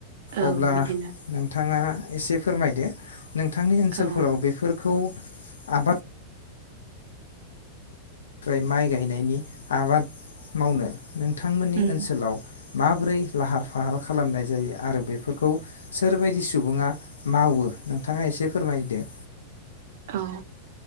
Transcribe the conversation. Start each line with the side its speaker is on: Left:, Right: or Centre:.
Right: औ
Left: अब्ला
Right: बिदिनो
Left: नोंथाङा एसे फोरमायदो नोंथांनि ओनसोलफोराव
Right: औ
Left: बे फोरखौ आबाद आनिफ्राय माइ गायनायनि आबाद मावनो नोंथांमोननि
Right: उम
Left: ओनसोलाव माबोरै लाहार फाहार खालामनाय जायो आरो बेफोरखौ सोरबायदि सुबुङा मावो नोंथाङा एसे फोरमायदो
Right: औ